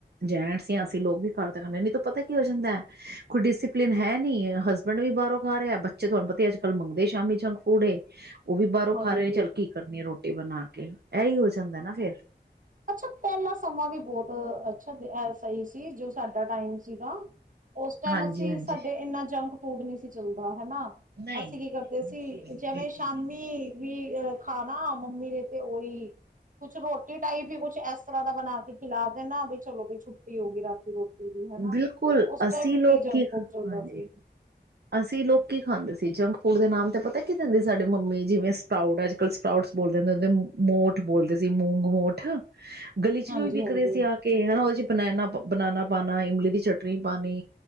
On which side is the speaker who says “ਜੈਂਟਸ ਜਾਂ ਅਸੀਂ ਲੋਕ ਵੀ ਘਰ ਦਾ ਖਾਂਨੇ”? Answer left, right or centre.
Right